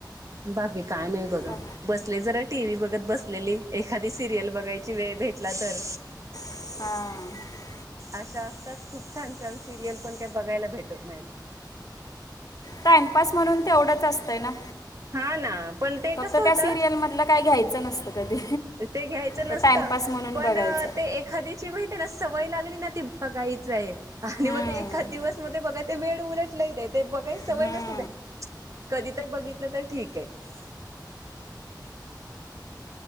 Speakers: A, on the right; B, on the left.
A: बाकी काय नाही बघा
B: का
A: बसले जरा टी व्ही बघत बसलेली एखादी सिरियल बघायची वेळ भेटला तर
B: हा
A: अशा असता खूप छान छान सिरियल पण काही बघायला भेटत नाहीत.
B: टाइमपास म्हणून तेवढंच असतंय ना
A: हा ना पण ते
B: फक्त
A: कसं होतं
B: त्या सिरियल मधलं काय घ्यायचं नसतं कधी.
A: ते घ्यायचं नसत
B: तर टाइमपास म्हणून
A: पण
B: बघायचा
A: ते एखाद्याची माहिती आहे ना सवय लागली ना ती बघायच आहे. आणि
B: हम्म.
A: मग ते एकाच दिवस मध्ये बघाय ते वेळ उलटला ते ते बघाय सवय
B: हम्म.
A: नसते ते कधीतरी बघितलं तर ठीक आहे